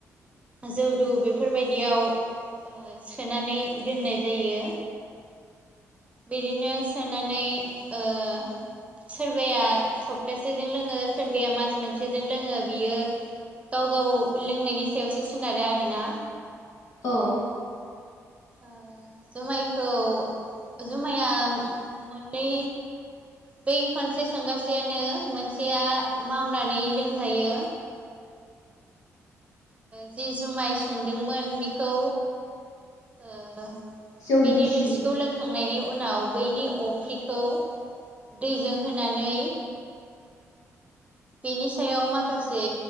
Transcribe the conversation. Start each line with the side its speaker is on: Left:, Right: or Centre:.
Right: जौ दु बेफोर बायदियाव ओ सोनानै दोननाय जायो। बिदिनो सोनानै ओ सोरबाया सप्तासेजों लोङो सोरबाया मास मोनसेजों लोङो बियो गाव गाव लोंनायनि सायावसो सोनारो आरोना।
Left: औ।
Right: ओ जुमायखौ जुमाया मोननै। बै खोनसे संगासेयानो मोनसेया मावनानै लोंजायो। जि जुमाय संदोंमोन बिखौ ओ
Left: जौ
Right: बिनि
Left: गिसि
Right: रोसिखौ लोंखांनायनि उ उनाव बैनि अफ्रिखौ दैजों होनानै
Left: <inaudible>
Right: बेनि सायाव माखासे